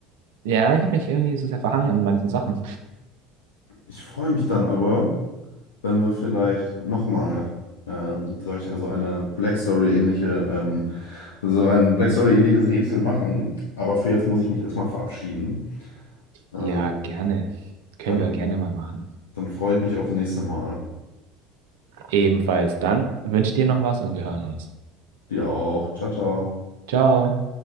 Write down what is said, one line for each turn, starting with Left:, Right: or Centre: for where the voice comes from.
Right: Ja, ich habe mich irgendwie so sehr verhangen in manchen Sachen.
Left: Ich freue mich dann aber, Wenn wir vielleicht nochmal, ähm, sag ich, also eine Black Story-ähnliche, ähm, so ein Black Story-ähnliches Rätsel machen. Aber für jetzt muss ich mich erstmal verabschieden. Ähm,
Right: Ja, gerne. Können
Left: dann,
Right: wir gerne mal machen.
Left: dann freue ich mich aufs nächste Mal.
Right: Ebenfalls dann wünsche dir noch was und wir hören uns.
Left: Dir auch. Ciao, ciao.
Right: Ciao.